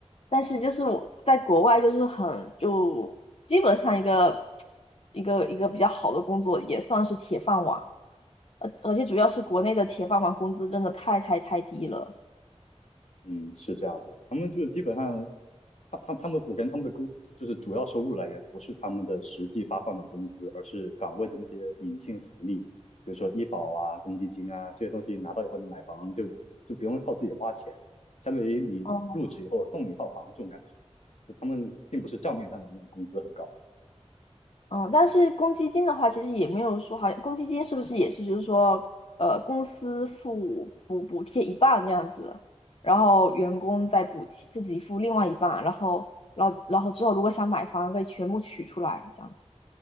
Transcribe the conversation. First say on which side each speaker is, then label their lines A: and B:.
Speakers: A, on the left; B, on the left.
A: 但是就是我在国外就是很就基本上一个 <tsk> 一个一个比较好的工作也算是铁饭碗。而而且主要是国内的铁饭碗工资真的太太太低了。
B: <laughs> 嗯，是这样的，他们就基本上，他他他们，我感觉他们的工就是主要收入来源不是他们的实际发放的工资，而是岗位的那些隐性福利，比如说医保啊、公积金啊这些东西拿到以后，你买房就就不用靠自己花钱，相当于你入职以后送你一套房这种感觉，
A: 嗯
B: 就他们并不是账面上的那种工资很高。
A: 嗯，但是公积金的话，其实也没有说，好像公积金是不是也是就是说，呃，公司付补补贴一半这样子，然后员工再补贴自己付另外一半，然后然后然后之后如果想买房可以全部取出来这样子。